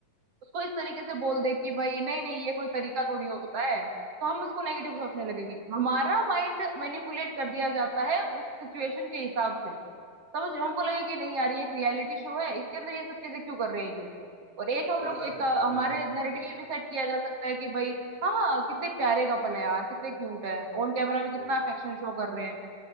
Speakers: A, on the right; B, on the right.
A: उसको इस तरीके से बोल दे कि भाई नहीं नहीं ये कोई तरीका थोड़ी होता है तो हम उसको नेगेटिव सोचने लगेंगे हमारा माइंड मैनिपुलेट कर दिया जाता है उस सिचुएशन के हिसाब से समझ रहे हो हमको लगे कि नहीं यार ये एक रियलिटी शो है इसके अंदर ये सब चीजें क्यों कर रहे हैं ये और एक हम
B: वो
A: लोग
B: पता है
A: एक अ, हमारे
B: मैंने
A: नैरेटिव ये भी सेट किया जा सकता है कि भाई हाँ हाँ कितने प्यारे कपल है यार कितने क्यूट है
B: हाँ सही
A: ऑन कैमरा भी कितना
B: कह रहे
A: अफेक्शन
B: हो।
A: शो कर रहे हैं